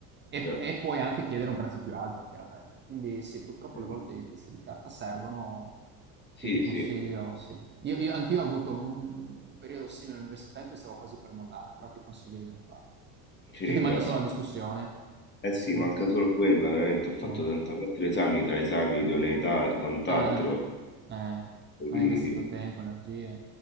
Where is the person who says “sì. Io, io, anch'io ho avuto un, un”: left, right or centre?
Right